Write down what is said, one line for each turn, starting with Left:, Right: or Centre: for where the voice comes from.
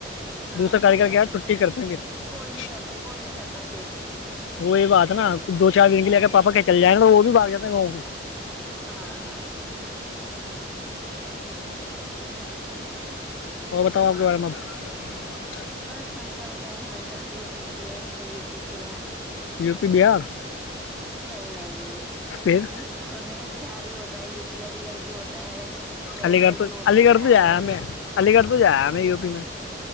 Centre: ہاں
Left: دوسرا کاریگر
Centre: صحیح بات
Left: کے
Centre: ہے
Left: چھٹی کرتے ہیں پھر
Centre: کوئی نہیں کرتے کوئی نہیں کرتا پھر
Left: وہی بات نا دو چار دن
Centre: ہوں
Left: کے لیے اگر پاپا کہ چل جائے نا تو وہ بھی باگ جات ہے وہاؤ پہ
Centre: ہاں ہاں
Left: اور بتاؤ آپ کے بارے میں اب
Centre: بس ہم کیا بتائیں ہماری شادی ہو چکی ہے ہم تو و پی سے ج <unintelligible>
Left: یو پی بہار
Centre: نہیں نہیں
Left: پھر
Centre: یہ تھوڑ نہیں ہے بہار بھی ہوتا ہے یو پی علی گڑھ بھی ہوتا ہے بلینسر
Left: علی گڑھ تو
Centre: بھی ہوتا
Left: علی
Centre: ہے
Left: گڑھ تو
Centre: آگرہ
Left: جیا ہمیں
Centre: بھی
Left: علی گڑھ تو جایا ہم یو پی میں